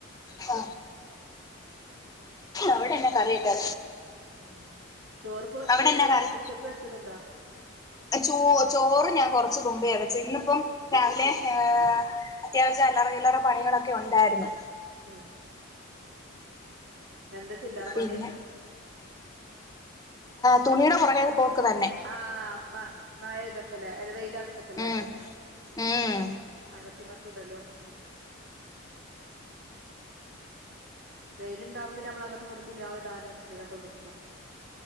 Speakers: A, on the left (about 15°); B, on the right (about 55°).
A: ആ
B: പിന്നെ
A: അവിടെ
B: എന്തൊക്കെ
A: എന്നാ കറിയൊക്കെ
B: ഉം ചോറുപ്പ വെക്കേ
A: അവിടെ
B: എന്നിട്ട്
A: എന്നാ കറി
B: ഉച്ചക്ക് വെച്ചതുണ്ടോ
A: ചോ ചോറ് ഞാൻ കുറച്ച്തുമ്പയാ വെച്ച ഇന്നിപ്പം രാവിലെ ഏ അത്യാവശ്യം അല്ലറ ചില്ല റ പണികളൊക്കെ ഉണ്ടായിരുന്നു
B: ഉം എന്താ ചില്ലറ
A: പിന്നെ
B: പണി
A: തുണിയുടെ പുറകേ പോക്ക് തന്നെ
B: ആ മ മഴയതപ്പല്ലേ അല്ല വെയിലർച്ചപ്പല്ലേ
A: ഉം ഉം
B: അങ്ങട്ട് ഇങ്ങട്ട്ടലും വെയിലുണ്ടാവുമ്പോ പിന്നെ നമ്മൾ അങ്ങട്ട് ഇങ്ങട്ട് തുണേള് ഇടാനും തിനൊക്കെ നിക്കും